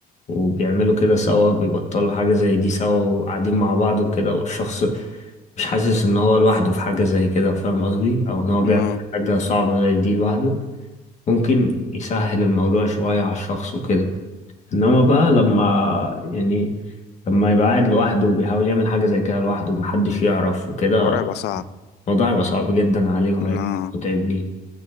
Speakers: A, on the left; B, on the left.
A: وبيعملوا كده سوا بيبطلوا حاجة زي دي سوا وقاعدين مع بعض وكده والشخص مش حاسس ان هو لوحده في حاجة زي كده فاهم قصدي او ان هو بيعمل
B: ما
A: حاجة صعبة زي دي لوحده ممكن يسهل الموضوع شوية على الشخص وكده انما بقى لما يعني لما يبقى قاعد لوحده وبيحاول يعمل حاجة زي كده لوحده ومحدش يعرف وكده
B: الحوار هيبقى صعب
A: الموضوع هيبقى صعب جدا عليه وهيبقى
B: ما
A: متعب ليه